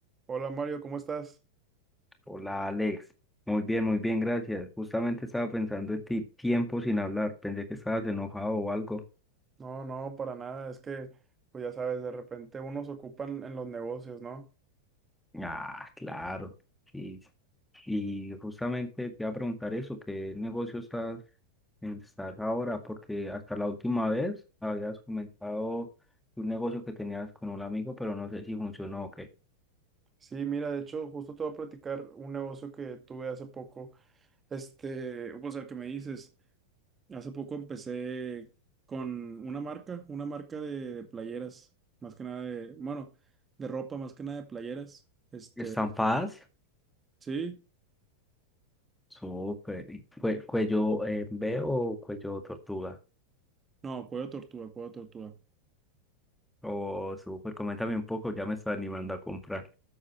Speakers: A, on the right; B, in the centre.
A: Hola Mario, ¿cómo estás?
B: Hola Alex, muy bien, muy bien, gracias. Justamente estaba pensando en ti, tiempo sin hablar, pensé que estabas enojado o algo.
A: No, no, para nada, es que, pues ya sabes, de repente unos ocupan en los negocios, ¿no?
B: Ah, claro, sí. Y justamente te iba a preguntar eso, ¿qué negocio estás, estás ahora? Porque hasta la última vez habías comentado un negocio que tenías con un amigo, pero no sé si funcionó o qué.
A: Sí, mira, de hecho, justo te voy a platicar un negocio que tuve hace poco, este, pues el que me dices, hace poco empecé con una marca, una marca de, de playeras, más que nada de, bueno, de ropa, más que nada de playeras, este,
B: ¿Estampadas?
A: sí,
B: Súper. ¿Y cue- cuello eh, B o cuello tortuga?
A: no, cuello tortuga, cuello tortuga,
B: Oh, súper, coméntame un poco, ya me está animando a comprar.